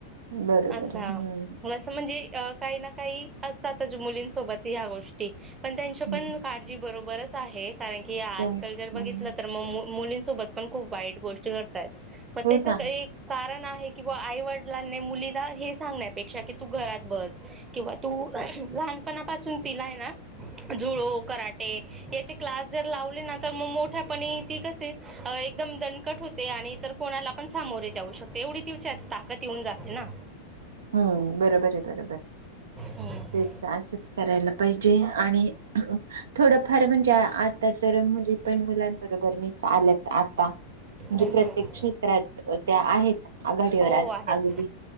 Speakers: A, on the right (about 65°); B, on the right (about 20°).
A: बरोबर
B: असा
A: हम्म
B: असं म्हणजे अ काही ना काही असतातच मुलींसोबत ह्या गोष्टी पण त्यांचची
A: हम्म
B: पण काळजी बरोबरच आहे कारण की आजकाल
A: त्यांच
B: जर बघितलं
A: हम्म
B: तर मुलींसोबत पण खूप वाईट गोष्ट होतायंत मग
A: हो
B: त्याच
A: ना
B: एक कारण किंवा आई वडिलांनी मुलीला हे सांगण्यापेक्षा कि तू घरात बस किंवा तू लहानपणापासून तिलाय ना जुळो कराटे याचे क्लास जर लावले ना तर मग मोठ्या पण ती कसे एकदम दणकट होते आणि तर कोणाला पण सामोरे जाऊ शकते एवढी तिच्यात ताकद येऊन जाते ना
A: हम्म बरोबर आहे बरोबर
B: हम्म.
A: तेच असंच करायला पाहिजे आणि थोडंफार म्हणजे आता तर तर मुली पण मुलांबरोबर नाही चालत आता म्हणजे
B: हम्म.
A: प्रत्येक
B: हम्म.
A: क्षेत्रात त्या आहेत आघाडीवर
B: हो
A: आजही
B: आहेत.